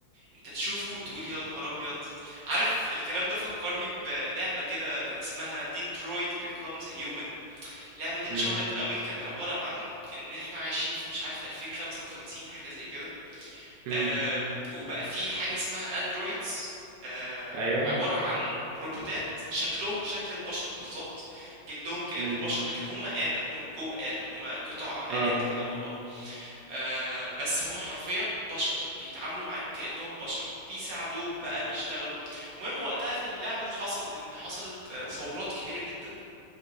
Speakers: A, on the right; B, on the right.
A: انت تشوفه تقول يا نهار ابيض عارف الكلام ده فكرني بلعبه كده كان اسمها ديترويت بيكومز هيومن اللعبة دي اتشهرت
B: امم
A: قوي كان عبارة عن ان احنا عايشين في مش عارف 2055 حاجة زي كده
B: امم
A: آه وبقى في حاجة اسمها اندرويدز آه
B: ايوه
A: عبارة عن روبوتات شكلهم شكل البشر بالظبط جلدهم كأنه
B: امم
A: بشر لكن هم آلة هم من جوه آلة هم قطع آلات
B: اه
A: كده مع بعض آه بس هم حرفيا بشر بيتعاملوا معاك كأنهم بشر بيساعدوك بقى بيشتغلوا المهم وقتها في اللعبة اللي حصل ان حصلت آه، ثورات كبيرة جدا